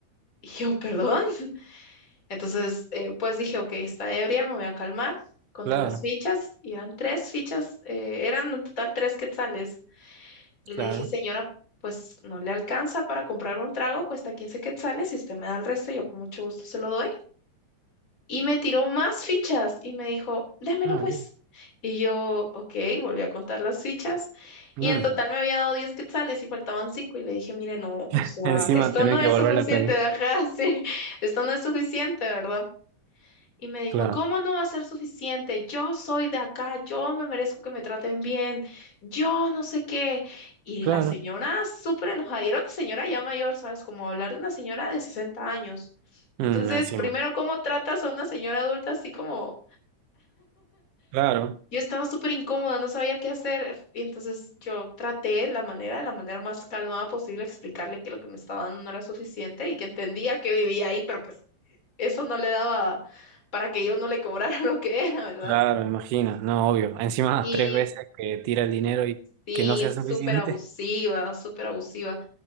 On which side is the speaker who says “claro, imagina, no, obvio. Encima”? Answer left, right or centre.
Right